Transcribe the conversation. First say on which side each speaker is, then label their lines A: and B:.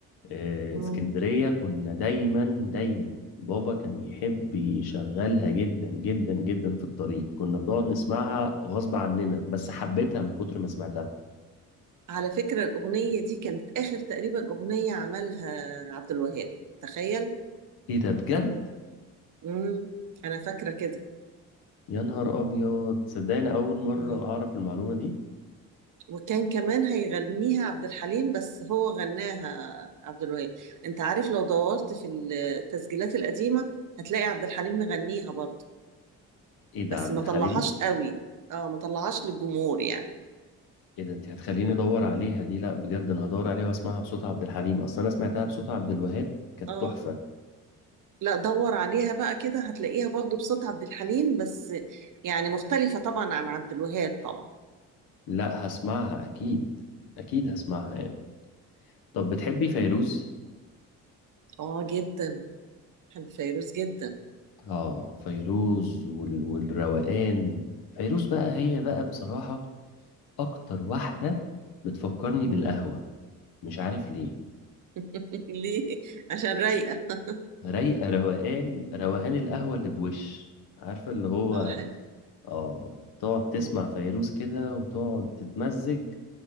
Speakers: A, on the left; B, on the right.
A: آه،
B: مم.
A: اسكندريه كنا دايما دايما بابا كان يحب يشغلها جدا جدا جدا في الطريق كنا بنقعد نسمعها غصب عننا بس حبيتها من كتر ما سمعتها
B: على فكرة الأغنية دي كانت آخر تقريبا أغنية عملها عبد الوهاب تخيل
A: ايه ده بجد
B: امم أنا فاكرة كده
A: يا نهار ابيض صدقني اول مره
B: مم.
A: اعرف المعلومه دي
B: وكان كمان هيغنيها عبد الحليم بس هو غناها عبد الوهاب أنت عارف لو دورت في التسجيلات القديمة هتلاقي عبد الحليم مغنيها برضه
A: ايه ده
B: بس
A: عبد
B: ما
A: الحليم
B: طلعهاش قوي اه ما طلعهاش للجمهور يعني
A: ايه ده انت هتخليني ادور عليها دي لا بجد انا هدور عليها واسمعها بصوت عبد الحليم اصلا انا سمعتها بصوت عبد الوهاب كانت
B: اه
A: تحفه
B: لا دور عليها بقى كده هتلاقيها برضه بصوت عبد الحليم بس يعني مختلفة طبعا عن عبد الوهاب طبعا
A: لا هسمعها اكيد اكيد هسمعها يعني طب بتحبي فيروز
B: مم. اه جدا بحب فيروز جدا
A: اه فيروز وال... والروقان فيروز بقى هي بقى بصراحة اكتر واحدة بتفكرني
B: مم.
A: بالقهوة مش عارف ليه
B: <laughs> ليه عشان رايقه
A: رايقة روقان روقان القهوة اللي بوش عارفة اللي هو
B: اه حلو
A: اه تقعد تسمع
B: مم.
A: فيروز كده وتقعد تتمزج